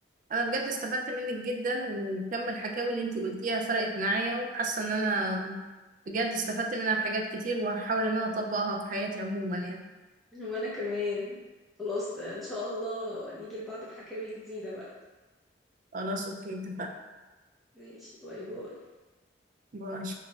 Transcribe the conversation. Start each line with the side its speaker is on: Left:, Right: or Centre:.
Right: انا بجد استفدت منك جدا وكم الحكاوي اللي انت قلتيها فرقت معايا وحاسه ان انا بجد استفدت منها حاجات كتير وهحاول ان انا اطبقها في حياتي عموما يعني
Centre: وانا كمان خلاص ان شاء الله نيجي لبعض بحكاوي جديدة بقى
Right: خلاص اوكي اتفقنا
Centre: ماشي باي باي
Right: باي